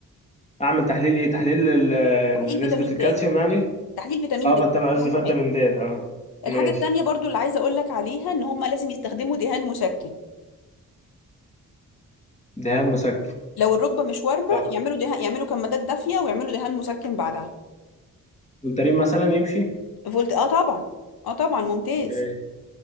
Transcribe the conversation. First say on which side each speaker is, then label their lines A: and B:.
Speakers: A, on the left; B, on the left.
A: اعمل تحليل ايه تحليل ال-
B: تحليل فيتامين
A: نسبة الكالسيوم
B: د
A: يعني
B: تحليل فيتامين
A: افضل
B: د
A: تبع عز
B: اهم
A: فيتامين
B: حاجه
A: د اه ماشي
B: الحاجه التانيه برضو اللي عايزه اقول لك عليها ان هم لازم يستخدموا دهان مسكن
A: دهان مسكن
B: لو الركبه مش وارمه
A: اه
B: يعملوا دهان يعملوا كمادات دافيه ويعملوا دهان مسكن بعدها
A: فولتارين مثلا يمشي
B: فقلت اه طبعا اه طبعا ممتاز
A: اوكي.